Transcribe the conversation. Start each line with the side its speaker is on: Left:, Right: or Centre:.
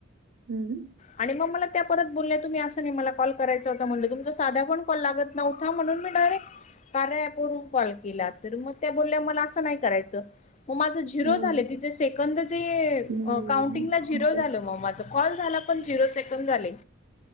Right: हम्म.
Left: आणि मग मला त्या परत बोलल्या तुम्ही असं नाही मला कॉल करायचां होता. म्हटलं तुमचं साधा कोण कॉल लागत न्हवता म्हणून मी डायरेक्ट कार्या ॲप वरून कॉल केला. तर मग त्या बोलल्या मला असं नाही करायचं. मग माझं झिरो
Right: नाही
Left: झालं. तिथे सेकंद
Right: नाही
Left: काउंटिंगला झिरो झालं मग माझं कॉल झाला, पण झिरो सेकंद झाले.